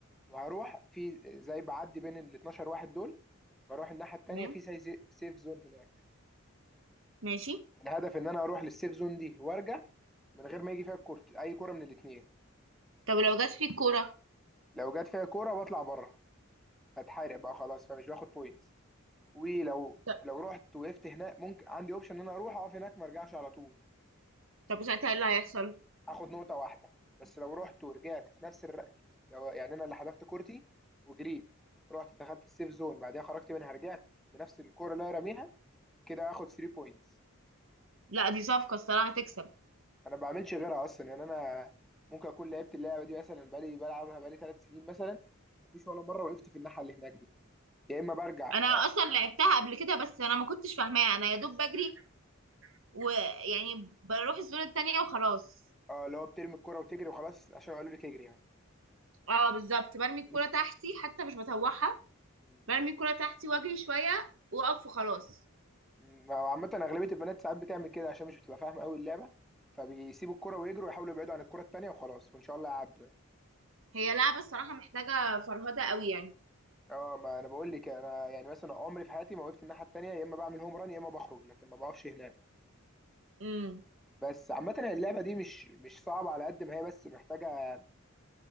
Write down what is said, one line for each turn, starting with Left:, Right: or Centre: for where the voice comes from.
Centre: وهروح في زي بعدي بين ال 12 واحد دول بروح الناحيه التانيه
Right: تمام
Centre: في زي سيف زون هناك
Right: ماشي
Centre: الهدف ان انا اروح للسيف زون دي وارجع من غير ما يجي فيها الكورت اي كوره من الاثنين
Right: طب لو جت فيك كوره
Centre: لو جت فيها كوره بطلع بره هتحارق بقى خلاص فمش باخد بوينتس ولو
Right: طب
Centre: لو رحت وقفت هناك ممكن عندي اوبشن ان انا اروح اقف هناك ما ارجعش على طول
Right: طب وساعتها ايه اللي هيحصل
Centre: هاخد نقطة واحدة بس لو رحت ورجعت في نفس الر... لو يعني أنا اللي حذفت كورتي وجريت رحت دخلت السيف زون بعدها خرجت منها رجعت بنفس الكورة اللي أنا راميها كده هاخد 3 بوينتس
Right: لا دي صفقه الصراحه هتكسب
Centre: أنا ما بعملش غيرها أصلا يعني أنا ممكن أكون لعبت اللعبة دي مثلا بقالي بلعبها بقالي 3 سنين مثلا مفيش ولا مرة وقفت في الناحية اللي هناك دي يا إما برجع
Right: انا
Centre: يعني-
Right: اصلا لعبتها قبل كده بس انا ما كنتش فاهماها انا يا دوب بجري ويعني بروح الزون التانية وخلاص
Centre: اه اللي هو بترمي الكورة وتجري وخلاص عشان قالوا لك اجري يعني
Right: اه بالظبط برمي الكرة
Centre: قالوا
Right: تحتي حتى مش بطوحها
Centre: لك
Right: برمي الكرة تحتي واجري شوية واقف وخلاص
Centre: ما هو عامة أغلبية البنات ساعات بتعمل كده عشان مش بتبقى فاهمة أوي اللعبة فبيسيبوا الكرة ويجروا ويحاولوا يبعدوا عن الكرة التانية وخلاص وإن شاء الله يعدوا يعني
Right: هي لعبة الصراحة محتاجة فرهدة قوي يعني
Centre: اه ما أنا بقول لك أنا يعني مثلا عمري في حياتي ما وقفت الناحية التانية يا إما بعمل هوم ران يا إما بخرج لكن ما بقفش هناك
Right: امم
Centre: بس عامة اللعبة دي مش مش صعبة على قد ما هي بس محتاجة